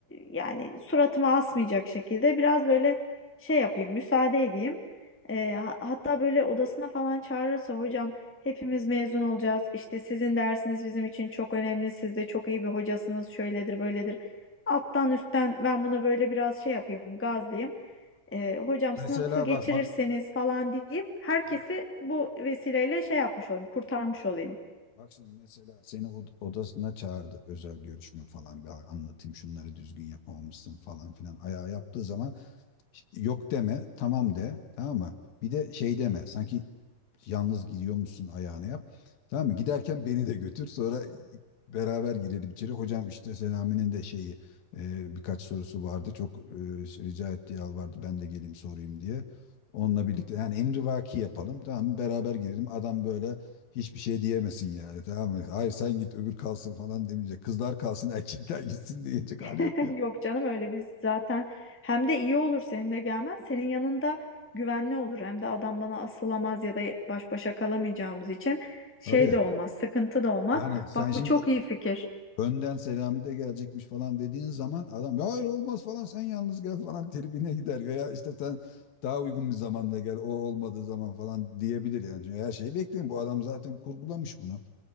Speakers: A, in the centre; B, on the left (about 70°).
A: yani suratıma asmayacak şekilde biraz böyle şey yapayım müsaade edeyim. E, ha- hatta böyle odasına falan çağırırsa hocam hepimiz mezun olacağız. İşte sizin dersiniz bizim için çok önemli. Siz de çok iyi bir hocasınız. Şöyledir böyledir. Alttan üstten ben buna böyle biraz şey yapayım, gazlayayım. Ee, hocam sınıfı
B: Mesela
A: geçirirseniz
B: bak bak
A: falan deyip herkesi
B: bak
A: bu vesileyle şey yapmış olayım, kurtarmış olayım.
B: şimdi bak şimdi mesela seni od- odasına çağırdı özel görüşme falan bir anlatayım şunları düzgün yapamamışsın falan filan ayağa yaptığı zaman Yok deme, tamam de, tamam mı? Bir de şey deme, sanki yalnız gidiyormuşsun ayağını yap. Tamam mı? Giderken beni de götür, sonra beraber girelim içeri. Hocam işte Selami'nin de şeyi e, birkaç sorusu vardı. Çok e, rica etti, vardı, ben de geleyim sorayım diye. Onunla birlikte yani emrivaki yapalım, tamam mı? Beraber girelim. Adam böyle hiçbir şey diyemesin yani, tamam mı? Hayır sen git öbür kalsın falan demeyecek. Kızlar kalsın erkekler gitsin diyecek hali
A: <laughs>
B: yok ya.
A: Yok canım öyle biz zaten hem de iyi olur senin de gelmen. Senin yanında güvenli olur hem de adam bana asılamaz ya da baş başa kalamayacağımız için şey
B: Tabii.
A: de olmaz, sıkıntı da olmaz.
B: Yani sen
A: Bak
B: şimdi
A: bu çok iyi fikir.
B: önden Selami de gelecekmiş falan dediğin zaman adam "Ya hayır olmaz falan sen yalnız gel falan <laughs> tribine gider veya işte sen daha uygun bir zamanda gel o olmadığı zaman falan diyebilir yani. Çünkü her şeyi bekleyin bu adam zaten kurgulamış bunu.